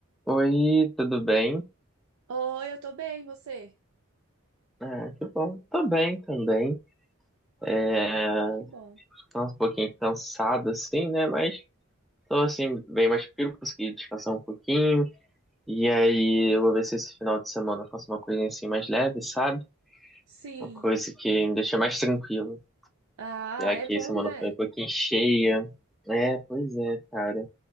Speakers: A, in the centre; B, on the right.
A: Oi, tudo bem?
B: Oi, eu tô bem, e você?
A: Ah, que bom. Tô bem também. É,
B: Ah, que bom.
A: tô um pouquinho cansado, assim, né? Mas tô, assim, bem mais tranquilo, consegui descansar um pouquinho. E aí, eu vou ver se esse final de semana eu faço uma coisinha, assim, mais leve, sabe?
B: Sim.
A: Uma coisa que me deixa mais tranquilo.
B: Ah,
A: Já
B: é
A: que
B: bom,
A: a semana
B: né?
A: foi um pouquinho cheia. É, pois é, cara.